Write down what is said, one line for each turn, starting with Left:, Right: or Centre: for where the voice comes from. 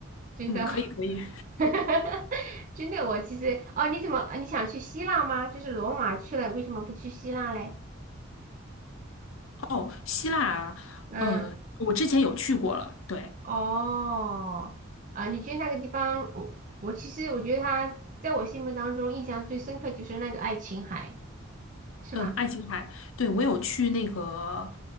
Right: 真的。
Left: 嗯，可以可以。
Right: <laughs> <laughs> 真的，我其实哦，你怎么呃你想去希腊吗？就是罗马去了，为什么不去希腊嘞？
Left: 哦，希腊啊嗯，
Right: 嗯，
Left: 我之前有去过了。对，
Right: 哦，啊，你觉得那个地方，我我其实我觉得它在我心目当中印象最深刻就是那个爱琴海，是吧？
Left: 嗯，爱琴海，对，我有去那个，